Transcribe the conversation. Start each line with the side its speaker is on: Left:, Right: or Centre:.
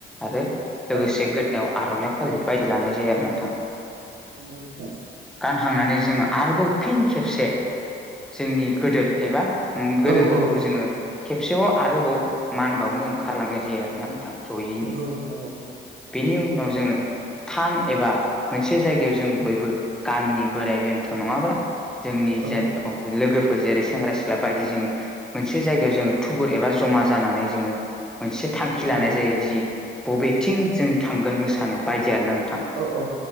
Centre: आरो लोगोसे
Right: औ
Centre: गोदोनायाव आरनाइ फालि बायदि लानाय जायो आरो नोंथां
Right: नंगौ नोंथां
Centre: थांनानै जोङो आरोबाव फिन खेबसे जोंनि गोदोर एबा ओम गोदोरफोरखौ
Right: औ औ
Centre: जोङो खेबसेबाव आरोबाव मान बावनो ओंखारलांनाय जायो आराना नोंथां जयैनो
Right: नोंगौ नोंथां औ
Centre: बेनि उनाव जोङो थान एबा मोनसे जायगायाव जों बयबो गामिनि बोराइ बेन्थ नङाब्ला जोंनि
Right: औ
Centre: जेन लोगोफोर फोर जेरै सेंग्रा सिख्ला बायदि जोङो मोनसे जायगायाव जोङो थुबुर एबा जमा जानानै जोङो मोनसे थांखि लानाय
Right: औ
Centre: जायो जि बबेथिं जों थांगोन मोसानो बायदि आरो ना नों थां
Right: औ औ